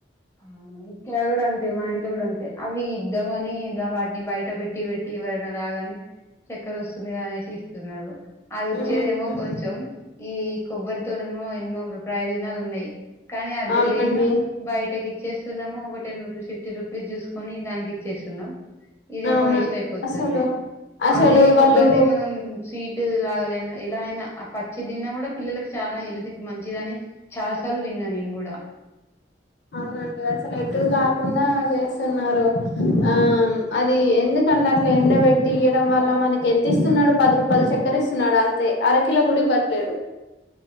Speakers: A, on the left (about 15°); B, on the left (about 70°).
A: అవును ఇక్కడ కూడా అంతే మా ఇంట్లో కూడా అంతే అవి ఇద్దాంమని వాటిని బయట పెట్టి పెట్టి ఎవరైనా రాగానే చక్కర వస్తుంది కద అనేసి ఇస్తున్నారు అది వచ్చేదేమో
B: ఉమ్ ఉమ్,
A: కొంచెం ఈ కొబ్బరితోనే ఉ ఎన్నో ము ప్రయోజనాలు ఉన్నాయి కానీ అదే
B: అవునండి
A: లేక బయ ట్టేకి ఇచ్చేస్తున్నాము ఒక టెన్ రూపీస్ పిఫ్టీ రూపీస్ చూసుకొని దానికి ఇచ్చేస్తున్నాం ఇదేమో
B: అవునండి
A: వేస్ట్ అయిపోతుంది
B: అసలు అసలు
A: అదే కొబ్బరిది
B: వాళ్ళు
A: మనం స్వీట్ లాగాలే ఎలా అయిన పచ్చి దిన్న కూడా పిల్లలకి చాలా హెల్త్ మంచిదని చాలా సార్లు విన్నా నేను కూడా
B: అవునండి అసలు ఎటు కాకుండా చేస్తున్నారు ఆ అది ఎందుకండి అట్లా ఎండబట్టి ఇయడం వల్ల మనకి ఎంత ఇస్తున్నాడు పది రూపాల చక్కర ఇస్తున్నాడు అంతే అర కిల గుడ ఇవ్వట్లేడు